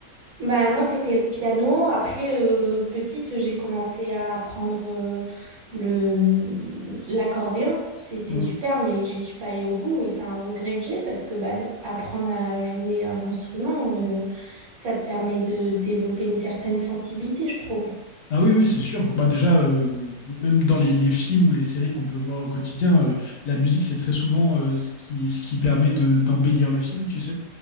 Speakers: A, on the right; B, on the left.
A: Bah, moi, c'était le piano. Après, euh, petite, j'ai commencé à apprendre euh, le, l'accordéon. C'était
B: Mhm.
A: super, mais j'y suis pas allée au bout et c'est un regret que j'ai parce que bah, apprendre à jouer un instrument, euh, ça te permet de développer une certaine sensibilité, je trouve.
B: Ah oui, oui, c'est sûr. Bah déjà, euh, même dans les, les films ou les séries qu'on peut voir au quotidien, euh, la musique, c'est très souvent euh, ce qui, ce qui permet de, d'embellir le film, tu sais.